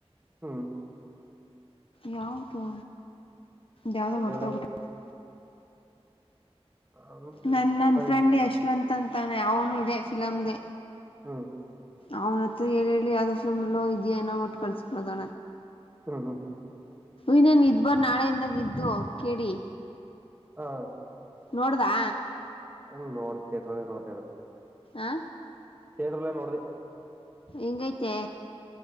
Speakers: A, on the right; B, on the left.
A: ಹ್ಮ್
B: ಯವುದು ಯಾವ್ದೋ
A: ಒಂದ್
B: ಮರೆತುಬಿಟ್ಟಿದ್ದೆ.
A: ಏಳತ್ತು ಆಮೇಲೆ
B: ನನ್
A: ಇನ್ನದ
B: ನನ್ ಫ್ರೆಂಡ್ ಯಶ್ವಂತ್ ಅಂತಾ ಅವನೇ ಅವನು ಇದೆ ಫಿಲಮ್ದ.
A: ಹ್ಮ್
B: ಅವ್ನ ಹತ್ರ ಹೇಳಿ ಯಾವ್ದ ಫಿಲ್ಮ ಎಲ್ಲ ಇದೆಯೇಏನೋ ಅಂತ ಕಳ್ಸ್ಕೊಳೋದು
A: ಹ್ಮ ಹ್ಮ
B: ಇನೇನು ಇದ್ ಬರ್ ನಾಳೆಯಿಂದಾಗ ಇದ್ದು ಕೆ ಡಿ.
A: ಹಾ
B: ನೋಡ್ದಾ.
A: ಹ ನೋಡಿ ಥಿಯೇಟರಲ್ಲಿ ನೋಡಿದೆ ಆದ
B: ಆ.
A: ಥೇಟ್ರೊಲೆ ನೋಡ್ದಿ.
B: ಈಂಗೈತೆ.